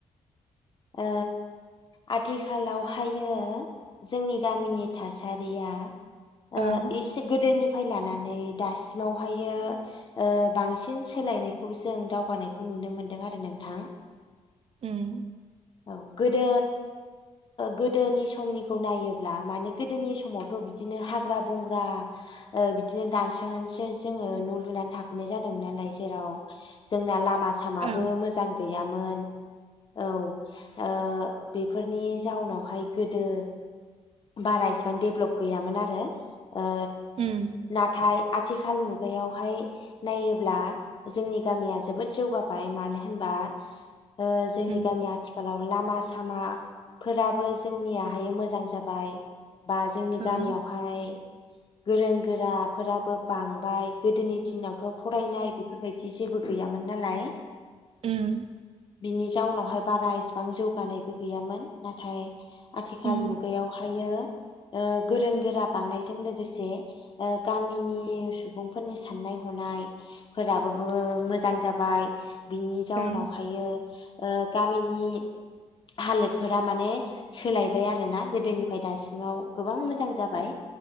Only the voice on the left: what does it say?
ओ आथिखालावहायो जोंनि गामिनि थासारिया
ओ इसे गोदोनि फाय लानानै दासिमावहायो ओ बांसिन सोलायनायखौ जों दावगानायखौ नुनो मोनदों आरो नोंथां
औ गोदो गोदोनि समनिखौ नायोब्ला माने गोदोनि समावथ' बिदिनो हाग्रा बंग्रा ओ बिदिनो दानस्रांनानैसो जोङो न' लुनानै थाफैनाय जादोंमोन नालाय जेराव जोंना लाम मा सामाबो
मोजां गैया मोन औ ओ बेफोरनि जाउनावहाय गोदो बारा इसिबां डेभ्लप गैयामोन आरो ओ
नाथाय आथिखाल मुगायावहाय नायोब्ला जोंनि गामिया जोबोद जौगाबाय मानो होनबा ओ जोंनि
गामिया आथिखाल लाव लामा सामाफोराबो जोंनियाहार मोजां जा बाय बा जोंनि
गामियावहाय गोरों गोराफोराबो बांबाय गोदोनि दिनावथ' फरायनाय बेफोरबायदि जेबो गैयामोन नालाय
बिनि जाउनावहाय बारा इसिबां जौगानायबो गैयामोन नाथाय आथिखाल
मु गायावहायो ओ गोरों गोरा बांनायजों लोगोसे ओ गामिनि सुबुंफोरनि साननाय हनायफोराबो मोजां जाबाय बिनि जाउनावहायो
ओ गामिनि हालोदफोरा माने सोलायबाय आरो ना गोदोनिफ्राय दासिमाव गोबां मोजां जाबाय